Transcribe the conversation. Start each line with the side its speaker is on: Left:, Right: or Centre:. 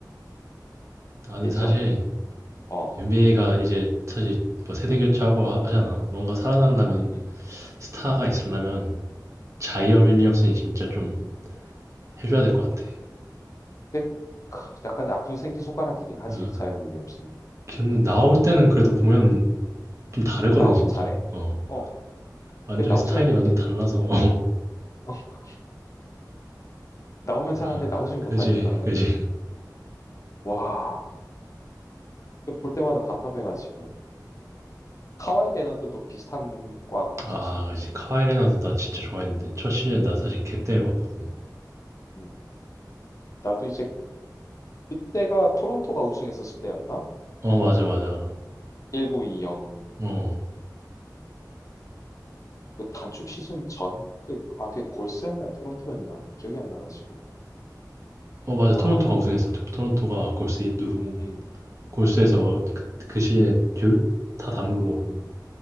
Right: 난
Left: 예전
Right: 사실
Left: 어,
Right: NBA가 이제 사실 뭐 세대
Left: 음,
Right: 교체하고 하- 하잖아. 뭔가 살아남으려면,
Left: 음, 음,
Right: 스타가
Left: 음,
Right: 있으려면, 자이언
Left: 음.
Right: 윌리엄슨이 진짜 좀 해줘야 될 것 같아.
Left: 근데 크, 약간 아픈 생기 손가락이긴 하지,
Right: 어,
Left: 자이언 윌리엄슨이.
Right: 걔는 나올 때는 그래도 보면
Left: 음.
Right: 좀 다르거든,
Left: 나오면
Right: 진짜.
Left: 잘해.
Right: 어.
Left: 어,
Right: 완전히
Left: 근데 나오질
Right: 스타일이
Left: 못해.
Right: 완전 달라서 <laughs> 어.
Left: <laughs> 나오면 잘하는데
Right: 라
Left: 나오질
Right: 그지
Left: 못하니까는
Right: 그지
Left: 와, 볼 때마다 답답해가지고. 카와이 레너드도 비슷한 과고
Right: 아
Left: 사실 보면은.
Right: 그지 카와이 레나도 나 진짜 좋아했는데 첫 시즌 나 사실
Left: 음,
Right: 걔 때문에 봤거든
Left: 음. 나도 이제 그때가 토론토가 우승했었을 때였나?
Right: 어 맞아 맞아
Left: 1920.
Right: 어,
Left: 그 단축 시즌 전? 그, 아, 그게 골스였나? 토론토였나? 기억이 안 나가지고.
Right: 어 맞아
Left: 우와.
Right: 토론토가 우승했어 토- 토론토가 골스
Left: 음,
Right: 누르고
Left: 음,
Right: 골스에서
Left: 음,
Right: 그, 그 시즌에 듀, 다 담그고
Left: 음, 음,